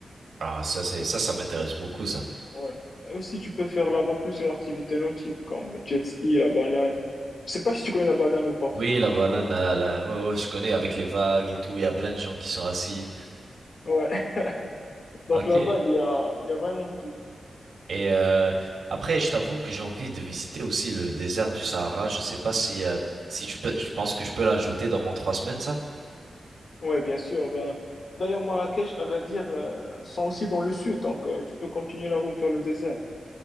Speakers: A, on the right (about 75°); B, on the left (about 55°).
A: Ah, ça, c'est, ça, ça m'intéresse beaucoup, ça.
B: Ouais. Et aussi, tu peux faire là-bas plusieurs activités nautiques, comme jet ski, la banane. Je sais pas si tu connais la banane ou pas.
A: Oui, la banane, là, là, ouais, ouais, je connais avec les vagues
B: Ah,
A: et tout. Il y a plein de gens qui sont assis.
B: Ouais. <laughs> Donc
A: Ok.
B: là-bas, il y a, il y a vraiment tout.
A: Et euh, après, je t'avoue que j'ai envie de visiter aussi le désert du Sahara. Je sais pas si euh, si tu peux, je pense que je peux l'ajouter dans mon trois semaines, ça.
B: Ouais, bien sûr. Ben, d'ailleurs, Marrakech, Agadir, euh, sont aussi dans le sud, donc euh, tu peux continuer la route vers le désert.